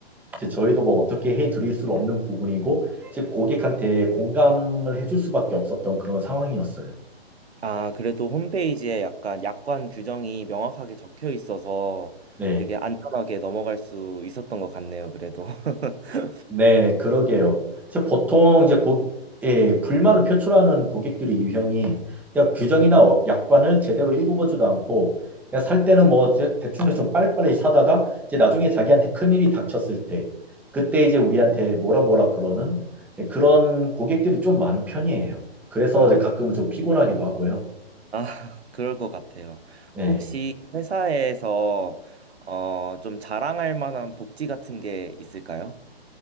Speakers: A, in the centre; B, on the right.
A: 이제 저희도 뭐 어떻게 해드릴 수 없는 부분이고 이제 고객한테 공감을 해줄 수밖에 없었던 그런 상황이었어요.
B: 아, 그래도 홈페이지에 약간 약관 규정이 명확하게 적혀 있어서
A: 네.
B: 되게 안전하게 넘어갈 수 있었던 것 같네요, 그래도. <laughs>
A: 네, 그러게요. 이제 보통 이제 고, 예, 불만을 표출하는 고객들의 유형이 그냥 규정이나 와- 약관을 제대로 읽어보지도 않고 그냥 살 때는 뭐 대- 대충 좀 빨리빨리 사다가 이제 나중에 자기한테 큰일이 닥쳤을 때 그때 이제 우리한테 뭐라 뭐라 그러는 예, 그런 고객들이 좀 많은 편이에요. 그래서
B: 아,
A: 이제 가끔은
B: 아,
A: 좀 피곤하기도 하고요.
B: <laughs> 그럴 것 같아요.
A: 예.
B: 혹시 회사에서 어, 좀 자랑할 만한 복지 같은 게 있을까요?